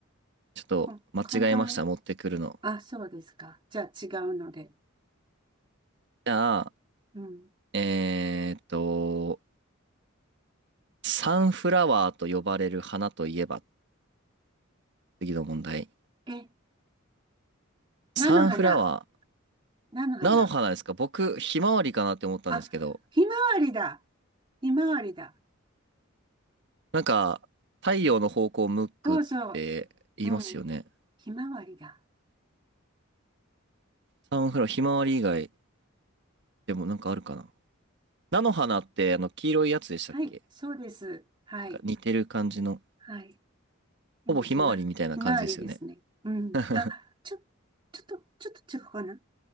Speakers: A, on the right; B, on the right.
A: ちょっと間違えました、
B: か、簡単。
A: 持ってくるの。
B: あ、そうですか。じゃあ違うので。
A: じゃあ、
B: うん。
A: えーっと、サンフラワーと呼ばれる花といえば、次の問題。
B: え、菜の花。
A: サンフラワー、
B: 菜の花。
A: 菜の花ですか僕、ひまわりかなって思ったんですけど、
B: あ、ひまわりだ。ひまわりだ。
A: なんか、太陽の方向を向くって言いますよね。
B: そうそう。うん。ひまわりだ。
A: サンフラワー、ひまわり以外でもなんかあるかな。菜の花って、あの、黄色いやつでしたっけ
B: はい、そうです。はい。
A: なんか似てる感じの、
B: はい。でも、
A: ほぼひまわりみたいな感じですよね。
B: ひま、ひまわりですね。うん。
A: <laughs>
B: あ、ちょ、ちょっと、ちょっと違うかな。